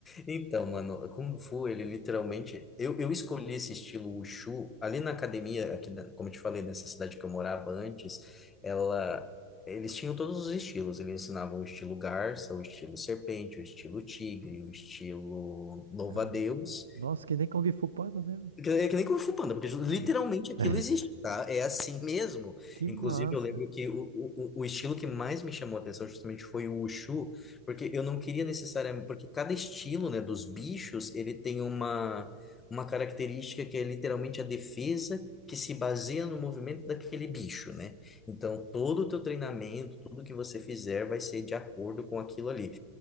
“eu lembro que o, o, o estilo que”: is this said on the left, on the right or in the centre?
Left